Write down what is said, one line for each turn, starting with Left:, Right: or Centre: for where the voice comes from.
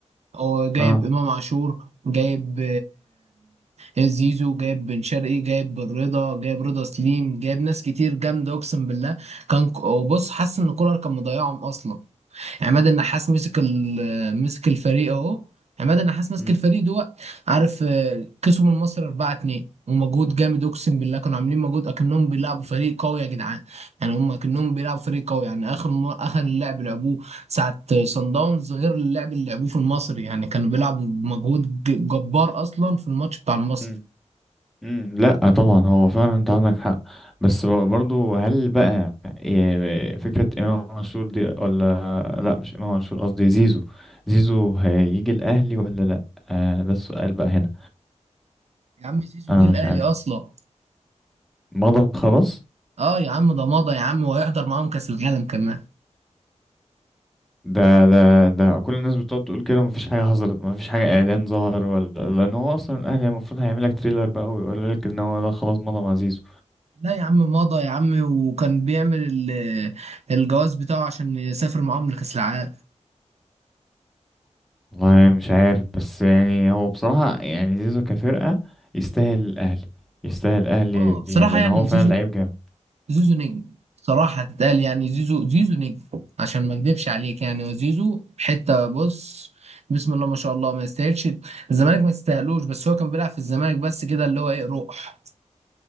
Right: هو جايب
Centre: اه
Right: امام عاشور جايب آه، زيزو جايب بن شرقي جايب بن رضا جايب رضا سليم جايب ناس كتير جامده اقسم بالله كان ك- وبص حاسس ان كولر كان مضيعهم اصلا عماد النحاس مسك ال- مسك الفريق اهو عماد النحاس مسك
Centre: مم.
Right: الفريق دوت عارف آه، كسبوا من مصر 4 2 ومجهود جامد اقسم بالله كانوا عاملين مجهود اكنهم بيلعبوا فريق قوي يا جدعان يعني هم اكنهم بيلعبوا فريق قوي يعني اخر م... اخر اللعب لعبوه ساعه صن داونز غير اللعب اللي لعبوه في المصري يعني كانوا بيلعبوا بمجهود ج- جبار اصلا في الماتش بتاع المصري
Centre: مم. مم، لا طبعا هو فعلا انت عندك حق بس ب- برضو هل بقى إيه، فكرة امام عاشور دي ولا لا مش امام عاشور قصدي زيزو زيزو هيجي الاهلي ولا لا آه ده السؤال بقى هنا
Right: يا عم زيزو
Centre: انا
Right: جه الاهلي
Centre: مش عارف
Right: اصلا
Centre: مضى خلاص
Right: اه يا عم ده مضى يا عم وهيحضر معاهم كاس العالم كمان
Centre: ده ده ده كل الناس بتقعد تقول كده مفيش حاجة حصلت مفيش حاجة اعلان ظهر ولا لان هو اصلا الاهلي المفروض هيعمل لك تريلر بقى ويقول لك ان هو ده خلاص مضى مع زيزو
Right: لا يا عم مضى يا عم وكان بيعمل ال- الجواز بتاعه عشان يسافر معاهم لكأس العالم
Centre: والله مش عارف بس يعني هو بصراحة يعني زيزو كفرقة يستاهل الأهلي يستاهل الأهلي
Right: اه بصراحة
Centre: يعني لأن
Right: يعني
Centre: هو فعلا
Right: زيزو
Centre: لعيب جامد
Right: زيزو نجم صراحة اتقال يعني زيزو زيزو نجم عشان ما اكدبش عليك يعني وزيزو حتة بص بسم الله ما شاء الله ما يستاهلش الزمالك ما يستاهلوش بس هو كان بيلعب في الزمالك بس كده اللي هو ايه روح